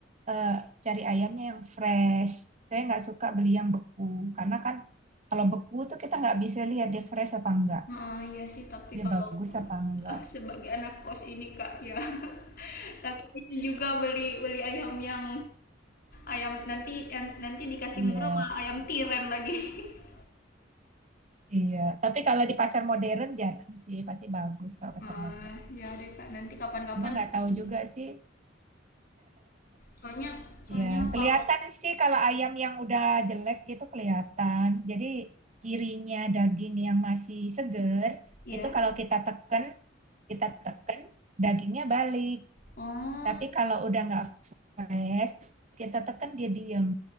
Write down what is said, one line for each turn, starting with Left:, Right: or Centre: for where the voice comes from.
Right: eh, cari ayamnya yang fresh. Saya nggak suka beli yang beku, karena kan kalau beku tuh kita nggak bisa lihat dia fresh apa enggak,
Left: ah iya sih tapi
Right: dia
Left: kalau,
Right: bagus apa enggak.
Left: eh, sebagai anak kos ini Kak ya <laughs> takut ini juga beli beli ayam yang ayam nanti yan nanti dikasih
Right: Iya.
Left: murah malah ayam tiren lagi. <laughs>
Right: Iya, tapi kalau di pasar modern jarang sih, pasti bagus kalau pasar
Left: Ah,
Right: modern.
Left: ya deh Kak nanti kapan-kapan
Right: Cuma nggak tahu
Left: ini
Right: juga sih.
Left: soalnya soalnya
Right: Iya, kelihatan
Left: kalau
Right: sih kalau ayam yang udah jelek gitu kelihatan. Jadi cirinya daging yang masih seger
Left: ya
Right: itu kalau kita teken, kita teken dagingnya balik.
Left: Oh,
Right: Tapi kalau udah nggak fresh, kita teken dia diem,